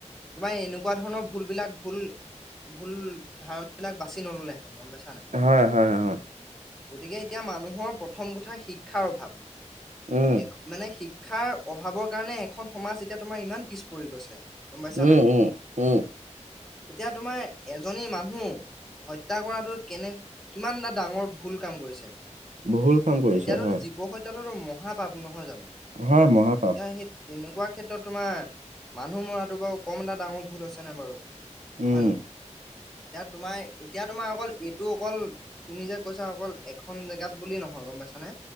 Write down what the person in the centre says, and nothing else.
তোমাৰ এনেকুৱা ধৰণৰ ভুলবিলাক ভুল ভুল ধাৰণা বিলাক বাছি নল'লেহেঁতেন, গম পাইছা নাই?
গতিকে এতিয়া মানুহৰ প্ৰথম কথা শিক্ষাৰ অভাৱ।
এক মানে শিক শিক্ষাৰ অভাৱৰ কাৰণে এখন সমাজ এতিয়া তোমাৰ ইমান পিছ পৰি গৈছে। গম পাইছা
নাই?
এতিয়া তোমাৰ এজনী মানুহ হত্যা কৰাটো কেনে কিমান এটা ডাঙৰ ভুল কাম কৰিছে।
এতিয়াটো
জীৱ হত্যাটোতো মহাপাপ, নহয় জানো?
এতিয়া সেই তেনেকোৱা ক্ষেত্ৰত তোমাৰ মানুহ মৰাটো বাৰু কম এটা ডাঙৰ ভুল হৈছে নে বাৰু
হয় নহয়? এতিয়া তোমাৰ এতিয়া তোমাৰ অকল এইটো অকল তুমি যে কৈছা অকল এখন জেগাত বুলিয়ে নহয়, গম পাইছানে?